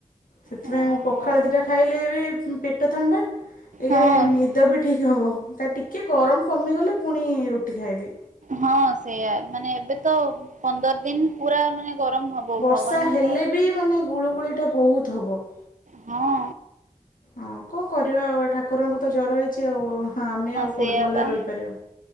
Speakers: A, on the left; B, on the right.
A: ସେଥିପାଇଁ
B: ହଁ
A: ମୁଁ ପଖାଳ
B: ହଁ
A: ଦୁଇଟା ଖାଇଲେ ବି ପେଟ ଥଣ୍ଡା। ଏଥିରେ
B: ହଁ
A: ନିଦ ବି ଠିକ୍ ହେବ। ତା ଟିକିଏ ଗରମ କମିଗଲେ ପୁଣି ରୁଟି ଖାଇବି।
B: ହଁ ସେଇଆା ମାନେ ଏବେ ତ ପନ୍ଦର ଦିନ ପୁରା ମାନେ ଗରମ ହବ।
A: ବର୍ଷା
B: ଭଗବାନଙ୍କର
A: ହେଲେ ବି ମାନେ ଗୁଳୁଗୁଳିଟା ବହୁତ ହେବ।
B: ହଁ।
A: ହଁ କଣ କରିବା। ଆଉ ଠାକୁରଙ୍କୁ ତ ଜ୍ଵର ହେଇଛି ଆଉ ହଁ ଆମେ ଆଉ
B: ସେଇଆ
A: କେଉଁଠି ଭଲରେ
B: ପା
A: ରହିପାରିବା।